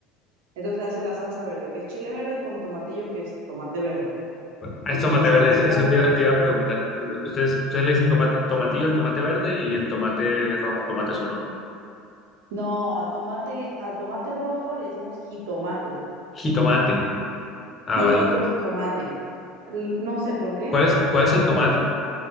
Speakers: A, on the right; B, on the left.
A: Entonces se hace la salsa verde, que es chile verde con tomatillo, que es tomate verde.
B: Bueno, ah,
A: Y
B: es
A: entonces
B: tomate
A: se
B: verde,
A: hace la salsa
B: eso eso
A: verde.
B: te iba, te iba a preguntar. Porque ustedes, ustedes le dicen tomate, tomatillo al tomate verde y el tomate rojo, tomate solo. ¿no?
A: No, a tomate, al tomate rojo le decimos jitomate.
B: Jitomate. Ah,
A: Y
B: vale.
A: el otro es tomate. L- No sé por qué,
B: ¿Cuál es, cuál
A: pero
B: es el tomate?